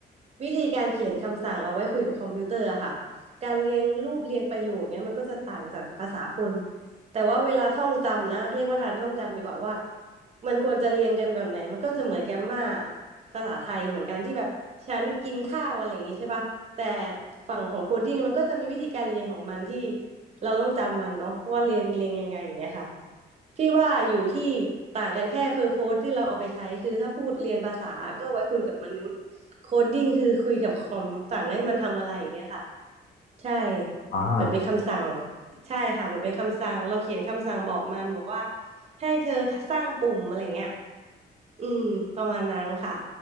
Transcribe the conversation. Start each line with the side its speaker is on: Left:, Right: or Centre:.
Right: วิธีการเขียนคำสั่งเอาไว้คุยกับคอมพิวเตอร์อะค่ะการเรียงรูปเรียงประโยคเนี้ยมันก็จะต่างจากภาษาคนแต่ว่าเวลาท่องจำนะเรียกว่าทานท่องจำดีกว่าว่ามันควรจะเรียงกันแบบไหนมันก็จะเหมือนแกมมา ภาษาไทยเหมือนกันที่แบบฉันกินข้าวอะไรอย่างงี้ใช่ป่ะแต่ฝั่งของโคดดิ้งมันก็จะมีวิธีการเรียนของมันที่เราต้องจำมันเนาะว่าเรียงเรียงยังไงอย่างเงี้ยค่ะพี่ว่าอยู่ที่ต่างกันแค่เพอร์โพสที่เราเอาไปใช้คือถ้าพูดเรียนภาษาก็ไว้คุยกับมนุษย์โคดดิ้งคือคุยกับคอมสั่งให้มันทำอะไรอย่างเงี้ยค่ะใช่
Left: อ๋อ
Right: เหมือนเป็นคำสั่งใช่ค่ะเหมือนเป็นคำสั่งเราเขียนคำสั่งบอกมันบอกว่าให้เธอสร้างปุ่มอะไรเงี้ยอืมประมาณนั้นค่ะ